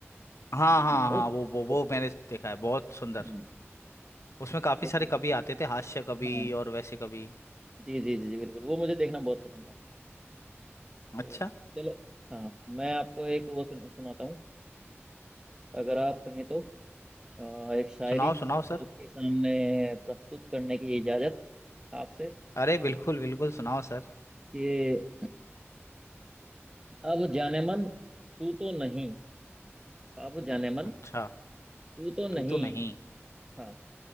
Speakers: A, on the left; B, on the right.
A: हाँ हाँ
B: बहुत
A: हाँ वो
B: बहुत
A: वो वो
B: खूब
A: मैंने देखा है बहुत सुंदर
B: हम्म,
A: उसमें काफी
B: तो
A: सारे कवि आते थे हास्य कवि
B: हाँ
A: और वैसे कवि
B: जी जी जी जी बिल्कुल वो मुझे देखना बहुत पसंद था तो
A: अच्छा
B: चलो हाँ मैं आपको एक वो सुन, सुनाता हूँ अगर आप कहें तो अ, एक शायरी
A: सुनाओ सुनाओ सर
B: आपके सामने प्रस्तुत करने की इजाजत आपसे
A: अरे बिल्कुल बिल्कुल सुनाओ सर
B: कि अब जाने मन तू तो नहीं अब जाने मन
A: अच्छा
B: तू तो
A: तू
B: नहीं
A: तो नहीं
B: हाँ